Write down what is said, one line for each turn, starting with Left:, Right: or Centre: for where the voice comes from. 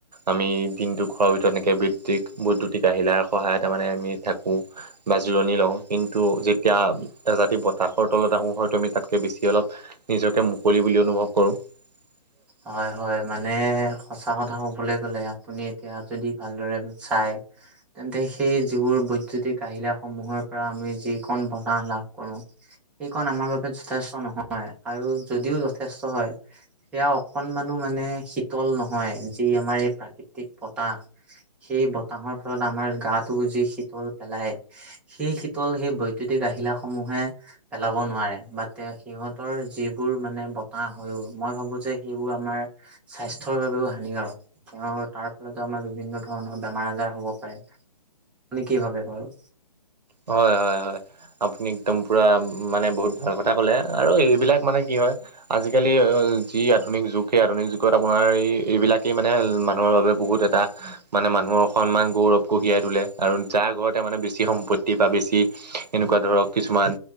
Right: আমি দিনটো ঘৰৰ ভিতৰত এনেকে বৈদ্যুতিক বৈদ্যুতিক আহিলাৰ সহায় তাৰ মানে আমি থাকো। বা জিৰণি লও, কিন্তু যেতিয়া এজাতি বতাহৰ তলত আহো হয়তো আমি তাতকে বেছি অলপ নিজকে মুকলি বুলি অনুভৱ কৰো। <inaudible>
Centre: হয়, হয়, মানে সঁচা কথা ক'বলৈ গ'লে আপুনি এতিয়া যদি ভালদৰে চাই তেন্তে সেই যিবোৰ বৈদ্যুতিক আহিঁলাসমূহৰ পৰা আমি যিখন বতাহ লাভ কৰো। সেইকণ আমাৰ বাবে যথেষ্ট নহয়, আৰু যদিও যথেষ্ট হয় সেয়া অকনমানো মানে শীতল নহয়, যি আমাৰ এই প্ৰাকৃতিক ব। সেই বতাহৰ ফলত আমাৰ গাটো যি শীতল পেলাই সেই শীতল, সেই বৈদ্যুতিক আহিলাসমূহে পেলাব নোৱাৰে, বা সিহঁতৰ যিবোৰ মানে বতাহ হৈ মই ভাবো যে সেইবোৰ আমাৰ স্বাস্থ্যৰ বাবেও হানিকাৰক। অঁ, তাৰ ফলতো আমাৰ বিভিন্ন ধৰণৰ বেমাৰ আজাৰ হ'ব পাৰে, আপুনি কি ভাবে বাৰু?
Right: হয়-হয়-হয়। আপুনি একদম পুৰা মানে বহুত ভাল কথা ক'লে, আৰু এই বিলাক মানে কি হয় আজিকালি যি আধুনিক যুগ, সেই আধুনিক যুগত আপোনাৰ এই এইবিলাকেই মানে মানুহৰ বাবে বহুত এটা মানে মানুহৰ সন্মান, গৌৰৱ কঢ়িয়াই তোলে আৰু যাৰ ঘৰতে মানে বেছি সম্পত্তি তিবা বেছি এনেকুৱা ধৰক, কিছুমান